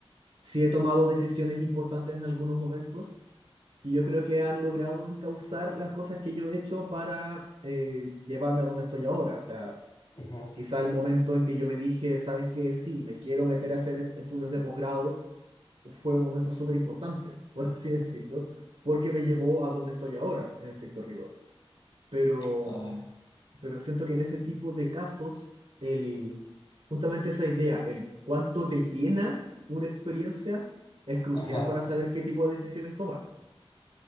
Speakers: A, on the right (about 80°); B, on the left (about 55°).
A: Sí he tomado decisiones importantes en algunos momentos que yo creo que han logrado encauzar las cosas que yo he hecho para eh, llevarme a donde estoy ahora. O sea,
B: ujú.
A: Quizá el momento en que yo me dije, ¿sabes qué? Sí, me quiero meter a hacer est- estudios de posgrado, fue un momento súper importante, <laughs> por así decirlo, porque me llevó a donde estoy ahora, en estricto rigor. Pero,
B: Ah,
A: mm, pero siento que en ese tipo de casos, el, justamente esa idea, el cuánto te llena una experiencia, es crucial
B: ajá,
A: para saber qué tipo de decisiones tomar.